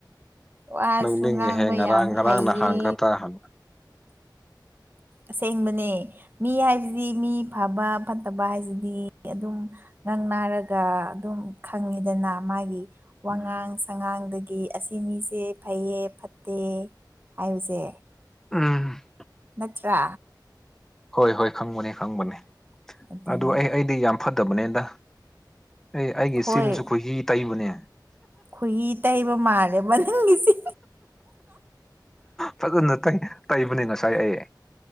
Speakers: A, on the right; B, in the centre.
A: ꯋꯥꯁꯨ
B: ꯅꯧꯅꯤꯡꯉꯤꯍꯦ
A: ꯉꯥꯡꯕ
B: ꯉꯔꯥꯡ
A: ꯌꯥꯝ
B: ꯉꯔꯥꯡ
A: ꯍꯩꯌꯦ
B: ꯅꯍꯥꯟ ꯈꯛꯇ ꯍꯜ
A: ꯑꯁꯦꯡꯕꯅꯦ ꯃꯤ ꯍꯥꯏꯁꯤꯗꯤ ꯃꯤ ꯐꯕ ꯐꯠꯇꯕ ꯍꯥꯏꯁꯤꯗꯤ ꯑꯗꯨꯝ ꯉꯪ ꯅꯥꯔꯒ ꯑꯗꯨꯝ ꯈꯪꯉꯤꯗꯅ ꯃꯥꯒꯤ ꯋꯥꯉꯥꯡ
B: ꯎꯝ
A: ꯁꯉꯥꯡꯗ ꯒꯤ ꯑꯁꯤ ꯃꯤꯁꯦ ꯐꯩꯌꯦ ꯐꯠꯇꯦ ꯍꯥꯏꯕꯁꯦ
B: ꯎꯝ
A: ꯅꯠꯇ꯭ꯔꯥ
B: ꯍꯣꯏ ꯍꯣꯏ ꯈꯪꯕꯅꯦ ꯈꯪꯕꯅꯦ
A: ꯑꯗꯨꯅꯦ
B: ꯑꯗꯨ ꯑꯩ ꯑꯩꯗꯤ ꯌꯥꯝ ꯐꯠꯇꯕꯅꯦꯗ ꯑꯦ ꯑꯩꯒꯤ
A: ꯍꯣꯏ
B: ꯆꯤꯟꯁꯨ ꯈꯣꯏꯍꯤ ꯇꯩꯕꯅꯦ
A: ꯈꯣꯏꯍꯤ ꯇꯩꯕ ꯃꯥꯜꯂꯦꯕꯣ ꯅꯪꯒꯤꯁꯦ
B: ꯐꯖꯅ ꯇꯩ ꯇꯩꯕꯅꯦ ꯉꯁꯥꯏ ꯑꯩ